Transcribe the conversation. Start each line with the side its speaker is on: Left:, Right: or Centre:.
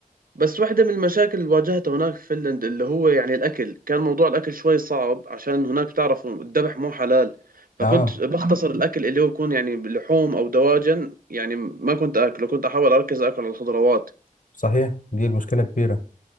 Right: بس واحدة من المشاكل اللي واجهتها هناك في فنلند اللي هو يعني الأكل كان موضوع الأكل شوي صعب عشان هناك تعرفوا الذبح مو حلال فكنت
Left: اه
Right: بختصر الأكل اللي هو يكون يعني لحوم أو دواجن يعني ما كنت أكله كنت أحاول أركز أكل على الخضروات
Left: صحيح دي المشكلة كبيرة